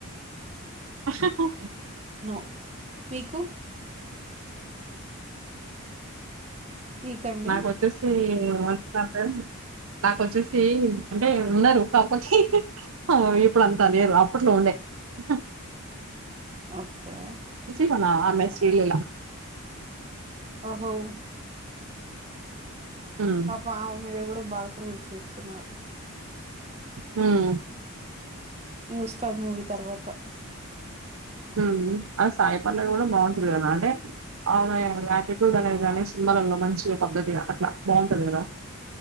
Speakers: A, on the right; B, on the right.
A: హా హ
B: నో మీకు మీకండి?
A: నాకోచ్చేసి మొన్న దాకా నాకోచ్చేసి అంటే ఉన్నారు కాక్పోతే ఇప్పుడంత లేరు అప్పుట్లో ఉండే స
B: ఓకే
A: చెప్పనా ఆమె శ్రీ లీలా
B: ఓహో
A: హ్మ్.
B: పాపం ఆమె మీద కూడ బాగా ట్రోల్ల్స్ చేస్తున్నారు.
A: మ్మ్
B: ఈ ఉస్తాద్ మూవీ తర్వాత
A: అవునా. ఆ సాయిపల్లవి కూడా బాగుంటుంది కదా అంటే ఆమె ఆటిట్యూడ్ అనేది కానీ సినిమాలలో మంచిగా పద్ధతిగా అట్ల బాగుంటది కదా